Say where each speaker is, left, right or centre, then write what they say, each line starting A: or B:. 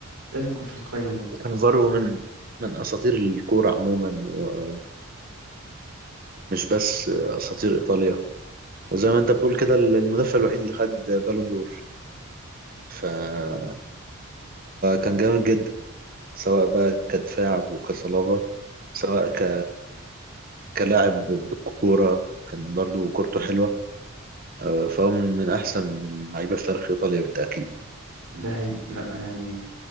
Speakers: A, on the right; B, on the right.
A: لازم يكون في القائمة دي
B: كانافارو من من اساطير الكوره عموما ومش بس اساطير ايطاليا وزي ما انت بتقول كده المدافع الوحيد اللي خد بالون دور فهو كان جامد جدا سواء بقى كدفاع وكصلابه سواء ك... كلاعب بالكوره كان برضو كورته حلوه آه، فهو من من أحسن اللعيبة في تاريخ إيطاليا بالتأكيد
A: ده حقيقي لا يعني